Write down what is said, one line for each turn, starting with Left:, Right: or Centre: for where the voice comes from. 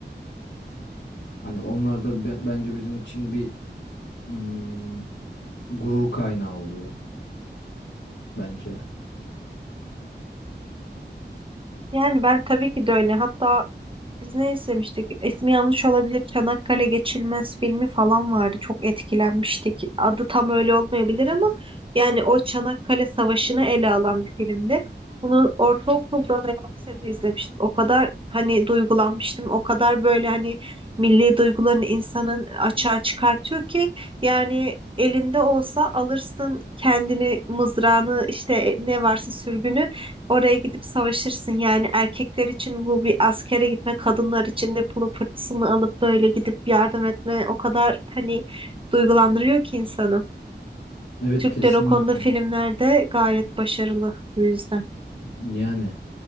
Left: Hani onlar da be- bence bizim için bir mm, gurur kaynağı oluyor bence.
Right: Yani ben tabii ki de öyle. Hatta biz ne izlemiştik? İsmi yanlış olabilir. Çanakkale Geçilmez filmi falan vardı. Çok etkilenmiştik. Adı tam öyle olmayabilir ama yani o Çanakkale Savaşı'nı ele alan bir filmdi. Bunu ortaokulda veya lisede izlemiştim. O kadar hani duygulanmıştım. O kadar böyle hani milli duygularını insanın açığa çıkartıyor ki yani elinde olsa alırsın kendini mızrağını işte ne varsa sürgünü Oraya gidip savaşırsın. Yani erkekler için bu bir askere gitme, kadınlar için de pulu fırtısını alıp böyle gidip yardım etme o kadar hani duygulandırıyor ki insanı.
Left: Evet
Right: Türkler
Left: kesinlikle.
Right: o konuda filmlerde gayet başarılı bu yüzden.
Left: Yani